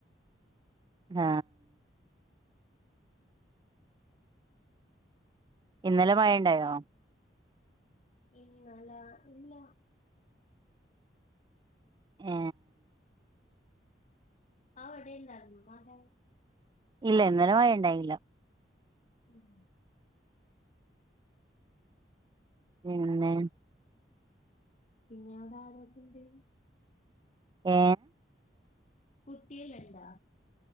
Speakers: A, on the right (about 25°); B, on the left (about 40°).
A: ആ ഇന്നലെ മഴ ഉണ്ടായോ
B: ഇന്നലെ ഇല്ല
A: ഏ....
B: ആടെല്ലാരരുന്നു മത
A: ഇല്ല ഇന്നോലും വഴ ഉണ്ടായില്ല
B: ഉം
A: പിന്നെ
B: പിന്നെ അവിടെ ആരോക്കെ ഉണ്ട്
A: ഏ
B: കുട്ടികളുണ്ടോ